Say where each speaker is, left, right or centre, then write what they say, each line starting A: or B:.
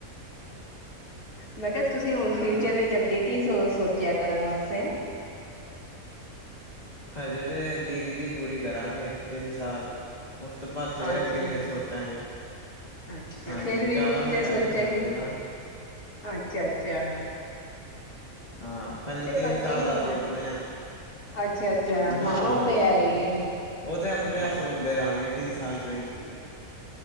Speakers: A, on the left; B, on the left.
A: ਮੈਂ ਕਿਹਾ ਤੁਸੀਂ ਹੁਣ
B: ਅ
A: ਫਿਊਚਰ ਵਿਚ, ਅੱਗੇ ਕੀ ਸੋ ਸੋਚਿਆ ਕਰਨ ਵਾਸਤੇ।
B: ਹਜੇ ਤੇ ਡਿਗਰੀ ਪੂਰੀ ਕਰਾਂਗੇ। ਤਿੰਨ ਸਾਲ, ਉਸ ਤੋਂ ਬਾਅਦ ਫੇਰ
A: ਅੱਛਾ
B: ਅੱਗੇ ਸੋਚਾਂਗੇ।
A: ਅੱਛਾ,
B: ਹਾਂਜੀ
A: ਫੇਰ
B: ਜ਼ਿਆਦਾ
A: ਵੀ ਕੁਛ
B: ਵੱਡਾ
A: ਤੇ ਸੋਚਿਆ
B: ਨੀ ਸੋਚਦੇ
A: ਹੀ,
B: ਨਾ
A: ਅੱਛਾ- ਅੱਛਾ।
B: ਹਾਂ, ਪਹਿਲੇ ਤਿੰਨ
A: ਸੋਚਿਆ
B: ਸਾਲ
A: ਹੀ
B: ਦਾ
A: ਹੋਣਾ
B: ਸੋਚ ਰਹੇ ਹਾਂ।
A: ਅੱਛਾ-ਅੱਛਾ
B: ਨਾ
A: ਹਾਂ ਉਹ ਤੇ
B: ਹਜੇ
A: ਹੈ
B: ਤਾਂ
A: ਹੀ
B: ਨਹੀ।
A: ਹੈ
B: ਉਹ ਤੇ ਆਪਣੇ ਆਪ ਸੋਚਦੇ ਰਹਾਂਗੇ ਤਿੰਨ ਸਾਲ। ਪਏ